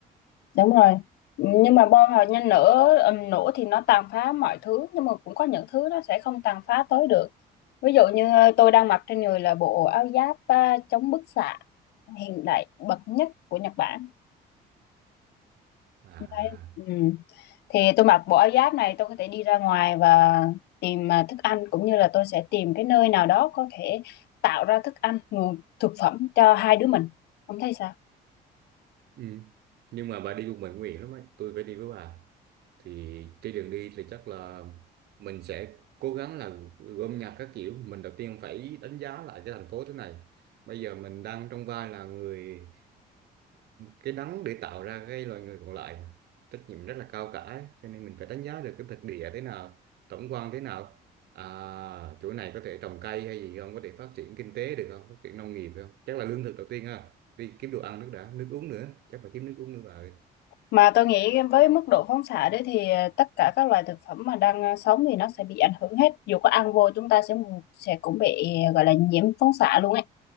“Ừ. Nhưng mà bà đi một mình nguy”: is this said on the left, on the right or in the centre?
Right